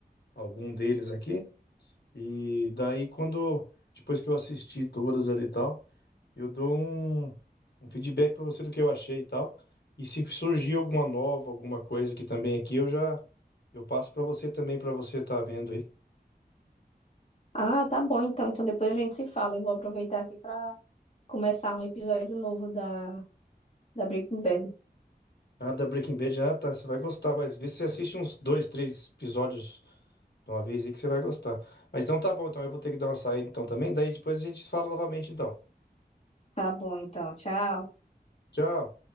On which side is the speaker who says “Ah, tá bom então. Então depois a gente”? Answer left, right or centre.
Left